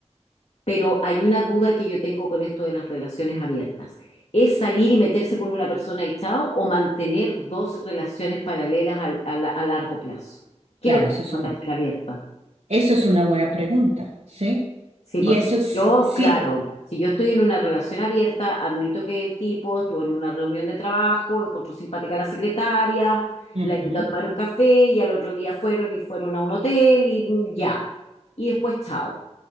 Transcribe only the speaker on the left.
pero hay una duda que yo tengo con esto de las relaciones abiertas. ¿Es salir y meterse con una persona y chao o mantener dos relaciones paralelas al- a, la- a largo plazo? ¿Qué
es lo que
es
una
relación abierta?
Sí,
porque
yo,
claro, si yo estoy en una relación abierta, admito que el tipo estuvo en una reunión de trabajo, encontró simpática a la secretaria,
la invitó a tomar un café y al otro día fueron y fueron a un hotel y ya. Y después chao.